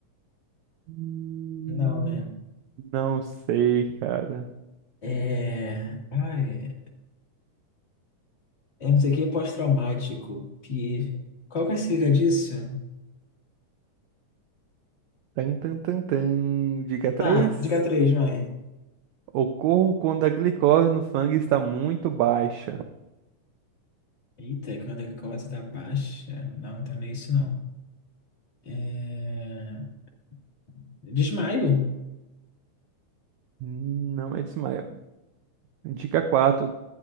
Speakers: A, on the right; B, on the left.
A: Hum,
B: Não, né?
A: Não sei, cara.
B: É. Ai, é não sei o que, é pós-traumático. Pi... Qual que é a sigla disso?
A: Tan, tan, tan, tan. Dica três:
B: Tá, diga três, vai.
A: Ocorro quando a glicose no sangue está muito baixa.
B: Eita, quando a glicose tá baixa. Não, então não tem nem isso não. É... Desmaio.
A: Hum, Não é desmaio. Dica quatro: